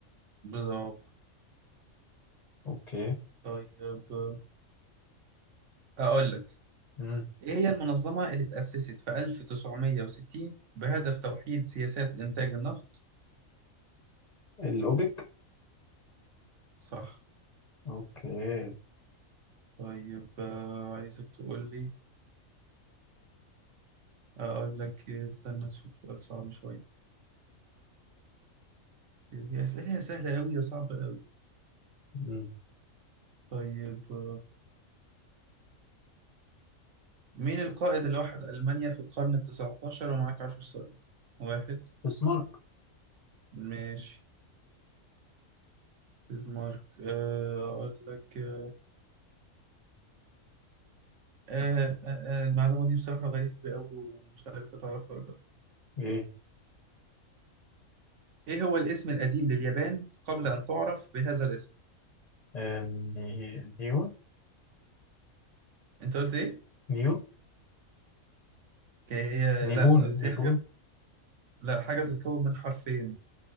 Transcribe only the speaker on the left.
اوكي
مم.
الاوبك
اوكي
مم.
بسمارك
ايه
آه، ني- نيو
نيو
نيبون
نيبون